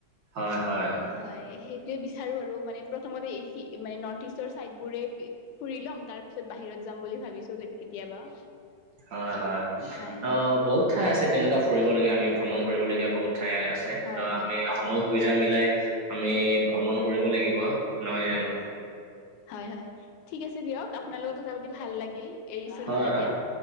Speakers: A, on the right; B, on the left.
A: হয়-হয়।
B: হয়, সেইটোৱে বিচাৰো আৰু মানে প্ৰথমতে এই মানে নৰ্থ ইষ্টৰ চাইদবোৰে ফুৰি ল'ম। তাৰ পিছত বাহিৰত যাম বুলি ভাবিছো কেতিয়াবা।
A: হয়-হয়,
B: হয়
A: অ,
B: হয়
A: বহুত ঠাই আছে তেনেকুৱা ফুৰিবলগীয়া, আমি ভ্ৰমণ কৰিবলগীয়া বহুত। ঠাই আছে,
B: হয়
A: ত'
B: হয়
A: আমি সময় সুবিধা মিলাই আমি ভ্ৰমণ কৰিব লাগিব। নহয় জানো।
B: হয়-হয় ঠিক আছে দিয়ক, আপোনালোকক কথা পাতি ভাল লাগিল, এৰিছো
A: হয়
B: নহ'লে
A: হয়
B: এতিয়া।